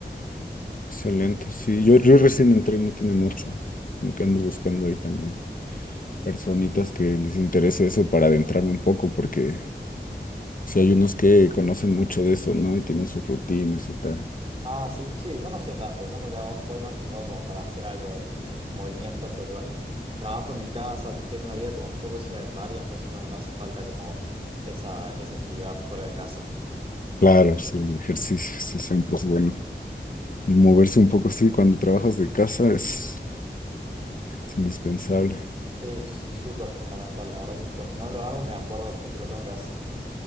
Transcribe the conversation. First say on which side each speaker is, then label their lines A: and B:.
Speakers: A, on the left (about 50°); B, on the right (about 30°).
A: Excelente, sí. Yo, yo recién entré, no tiene mucho. Como que ando buscando ahí también personitas que les interese eso para adentrarme un poco, porque si hay unos que conocen mucho de eso, ¿no? Y tienen sus rutinas y tal.
B: Ah, sí, sí, yo no sé tanto, yo no le hago, voy más que todo como para hacer algo de, o sea, movimiento, porque bueno, trabajo en mi casa, tengo una vida como un poco sedentaria, entonces bueno, me hace falta como esa, esa actividad fuera de casa.
A: Claro, sí, el ejercicio, sí, siempre es bueno. Moverse un poco, sí, cuando trabajas de casa es, es indispensable.
B: Sí, sí, súper fundamental, la verdad que cuando no lo hago me acuerdo de por qué lo tengo que hacer.